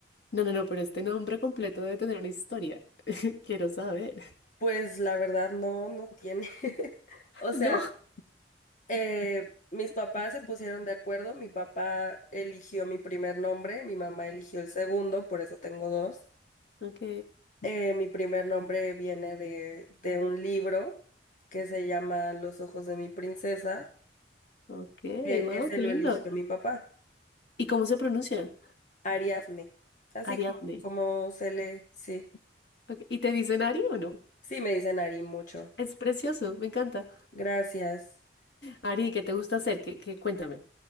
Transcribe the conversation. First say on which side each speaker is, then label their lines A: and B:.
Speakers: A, on the left; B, on the left.
A: No, no, no, pero este nombre completo debe tener una historia. <laughs> Quiero saber. <laughs>
B: pues la verdad no, no tiene. <laughs> O sea,
A: No.
B: Eh, mis papás se pusieron de acuerdo, mi papá eligió mi primer nombre, mi mamá eligió el segundo, por eso tengo dos.
A: Ok,
B: Eh, mi primer nombre viene de, de un libro que se llama Los ojos de mi princesa,
A: ok,
B: que
A: wow,
B: ese
A: qué
B: lo
A: lindo.
B: eligió mi papá,
A: ¿Y cómo se pronuncia?
B: Ariadne. Así
A: Ariadne.
B: como, como se le, sí,
A: Ok, ¿Y te dicen Ari o no?
B: sí me dicen Ari mucho.
A: Es precioso, me encanta.
B: Gracias,
A: Ari, ¿qué te gusta hacer? ¿Qué, qué- cuéntame?